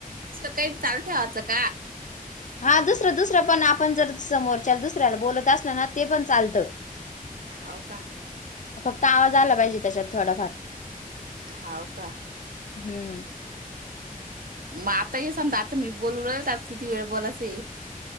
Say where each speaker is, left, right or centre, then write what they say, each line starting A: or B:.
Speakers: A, on the right (about 75°); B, on the left (about 55°).
A: सकाळी चहा ठेवायचं कां?
B: हा दुसरं दुसरं पणं आपणं जर समोरच्यां दुसऱ्यांला बोलतं असलं नां ते पणं चालतं.
A: हांव कां?
B: फक्तं आवाज आला पाहिजे त्यांच्यांत थोडा फार
A: हांव कां?
B: हम्मं.
A: मगं आता हे सांगतं आता मी बोलू राहिल आता किती वेळ बोलाचं है.